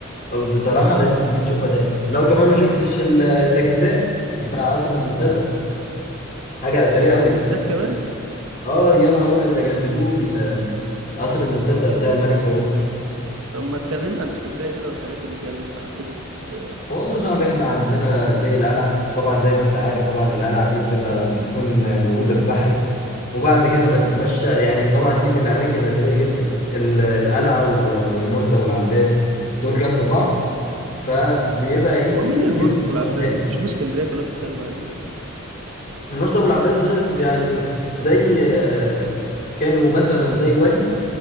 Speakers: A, on the left (about 45°); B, on the right (about 80°).
A: بصراحة لازم تيجي تشوفها تاني لو كمان ما شفتش ال- التجديدات بتاع قصر المنتزه حاجة أثرية قوي دي
B: كانت كمان
A: اه يا نهار أبيض ده جددوه ال- قصر المنتزه بتاع الملك فاروق
B: طب ما اتكلمنا عن اسكندرية كده والحاجات اللي فيها اللي ينفع تيجي تت...
A: والله يا صاحبي احنا عندنا زي القلعة طبعا زي ما انت عارف طبعا القلعة دي بتبقى بتكون موجودة في بحري وبعد كده ما تتمشى يعني طبعا دي من الأماكن الأثرية جدا ال- القلعة و- والمرسى والعباس دول جنب بعض فبيبقى ايه
B: هو مين المرسي
A: ليهم
B: والعباس
A: مطبخ تاني
B: ده؟ شوف اسكندرية كلها بتتكلم عن ايه
A: المرسى والعباس ده يعني زي آه، كانوا مثلا زي ولي